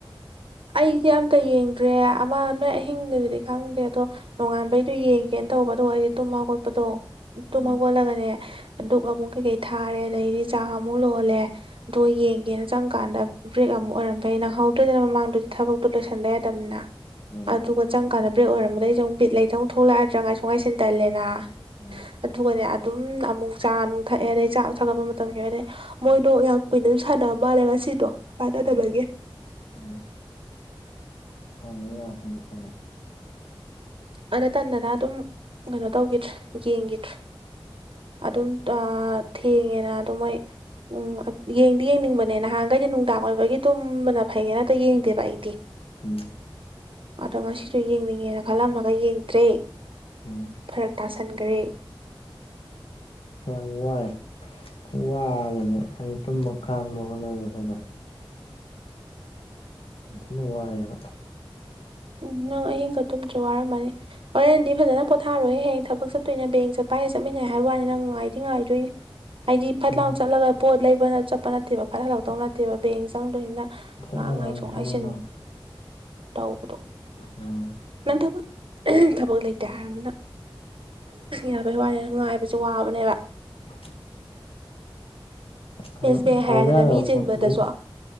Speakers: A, on the right; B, on the left.
A: ꯑꯩꯗꯤ ꯑꯝꯇ ꯌꯦꯡꯗ꯭ꯔꯦ ꯑꯃ ꯅꯣꯏ ꯑꯍꯤꯡꯒꯗꯨꯗꯤ ꯈꯪꯗꯦ ꯑꯗꯣ ꯅꯣꯡꯉꯥꯟꯕꯩꯗꯨ ꯌꯦꯡꯒꯦꯅ ꯇꯧꯕ ꯑꯗꯨꯒ ꯑꯩꯁꯦ ꯇꯨꯝ ꯍꯧꯒꯣꯠꯄꯗꯣ ꯇꯨꯝ
B: ꯎꯝ
A: ꯍꯧꯒꯠꯂꯒꯅꯦ ꯑꯗꯨꯛ ꯑꯃꯨꯛ ꯀꯩꯀꯩ ꯊꯥꯔꯦ ꯑꯗꯩꯗꯤ ꯆꯥ ꯑꯃꯨꯛ ꯂꯣꯜꯂꯦ ꯑꯗꯣ ꯌꯦꯡꯒꯦꯅ ꯆꯪꯀꯥꯟꯗ ꯕ꯭ꯔꯦꯛ ꯑꯃꯨꯛ ꯑꯣꯏꯔꯝ ꯐꯩ ꯅꯪꯍꯧꯗ꯭ꯔꯦꯗꯅ ꯃꯃꯥꯡꯗ ꯊꯕꯛꯇꯣ ꯂꯣꯏꯁꯟꯗ ꯌꯥꯗꯅꯤꯅ
B: ꯎꯝ
A: ꯑꯗꯨꯒ ꯆꯪ ꯀꯥꯟ ꯕꯦꯛ ꯑꯣꯏꯔꯝꯗꯩꯗ ꯁ ꯕꯤꯠ ꯂꯩꯇꯪ ꯊꯣꯛꯂꯛꯑꯗ꯭ꯔꯥ ꯉꯥꯏꯁꯨ ꯉꯥꯏꯁꯤꯟ ꯇꯜꯂꯦꯅ
B: ꯎꯝ
A: ꯑꯗꯨꯒꯅꯦ ꯑꯗꯨꯝ ꯑꯃꯨꯛ ꯆꯥ ꯅꯨꯡ ꯊꯛꯑꯦ ꯑꯗꯩ ꯆꯥꯛ ꯑꯃꯨꯛ ꯊꯥꯒꯠꯄ ꯃꯇꯝꯒꯤ ꯑꯣꯏꯔꯦ ꯃꯣꯏꯗꯣ ꯌꯥꯝ ꯀꯨꯏꯅ ꯑꯗꯨꯝ ꯁꯥꯟꯅꯕ ꯃꯥꯜꯂꯦ ꯉꯁꯤꯗꯣ ꯀꯥꯟꯅꯗꯕꯒꯤ
B: ꯎꯝ ꯎꯝ <inaudible>
A: ꯑꯗ ꯇꯟꯗꯅ ꯑꯗꯨꯝ ꯀꯩꯅꯣ ꯇꯧꯈꯤꯗ꯭ꯔꯦ ꯌꯦꯡꯒꯤꯗ꯭ꯔꯦ ꯑꯗꯨꯝ ꯊꯦꯡꯉꯦꯅ ꯑꯗꯨ ꯃꯣꯏ ꯎꯝ ꯌꯦꯡꯗꯤ ꯌꯦꯡꯅꯤꯡꯕꯅꯦ ꯅꯍꯥꯟꯈꯩꯗꯤ ꯅꯨꯡꯗꯥꯡ ꯑꯣꯏꯕꯒꯤ ꯇꯨꯝꯕꯅ ꯐꯩꯌꯦꯅ ꯇ ꯌꯦꯡꯗꯦꯕ ꯑꯩꯗꯤ
B: ꯎꯝ
A: ꯑꯗ‌ꯣ ꯑꯁꯤꯁꯨ ꯌꯦꯡꯅꯤꯡꯉꯦꯅ ꯈꯜꯂꯝꯃꯒ ꯌꯦꯡꯗ꯭ꯔꯦ
B: ꯎꯝ
A: ꯐꯔꯛ ꯇꯥꯁꯟꯒ꯭ꯔꯦ
B: ꯌꯥꯝ ꯋꯥꯏ ꯋꯥꯕꯅꯦ ꯑꯩ ꯇꯨꯝꯕ ꯈꯥꯡꯕ ꯍꯣꯠꯅꯕꯗꯅꯦ ꯑꯗꯨꯅ ꯋꯥꯦꯕ
A: ꯎ ꯅꯪ ꯑꯍꯤꯡꯒ ꯇꯨꯝꯁꯨ ꯋꯥꯔꯝꯃꯅꯤ ꯍꯣꯔꯦꯟꯗꯤ ꯐꯖꯅ ꯄꯣꯊꯥꯔꯣꯏꯍꯦ ꯍꯡ ꯊꯕꯛ ꯆꯠꯇꯣꯏꯅꯦ ꯕꯦꯡ ꯆꯠꯄ ꯍꯥꯏꯁꯌꯦ ꯆꯠꯃꯤꯟꯅꯩ ꯍꯥꯏꯕ ꯋꯥꯅꯤ ꯅꯪ ꯅꯨꯡꯥꯏꯗꯤ ꯉꯥꯏꯗꯣꯏꯅꯦ ꯍꯥꯏꯗꯤ ꯐꯠ
B: ꯎꯝ
A: ꯂꯥꯎ ꯆꯠꯂꯒ ꯄꯣꯠ ꯂꯩꯕꯅ ꯆꯠꯄ ꯅꯠꯇꯦꯕ ꯐꯠ ꯍꯜꯂꯛꯇꯧ ꯅꯠꯇꯦꯕ ꯕꯦꯡ ꯆꯪꯗꯣꯏꯅꯤꯅ
B: ꯆꯠꯂ
A: ꯉꯍꯥꯡ ꯉꯥꯏꯊꯣꯛ
B: ꯊꯝꯃꯦ
A: ꯉꯥꯏꯁꯤꯟ
B: ꯆꯠꯂ ꯊꯝꯃꯦ
A: ꯇꯧꯕꯗꯣ
B: ꯎꯝ
A: ꯅꯪ ꯊꯕꯛ ꯊꯕꯛ ꯂꯩꯇꯦ ꯍꯥꯏꯔꯝꯅꯤꯅ ꯌꯥꯕꯩ ꯋꯥꯅꯤꯉꯥꯏꯕ ꯑꯩꯁꯨ ꯋꯥꯕꯅꯦꯕ
B: <inaudible> ꯍꯣꯏ
A: ꯑꯦꯁ ꯕꯤ ꯑꯥꯏ
B: ꯇꯧꯗ
A: ꯍꯥꯏꯔꯗꯅ
B: ꯌꯥꯗꯕ
A: ꯃꯤ ꯆꯤꯟꯕꯗꯁꯨ
B: ꯄ‌ꯣꯠꯇꯨꯗꯤ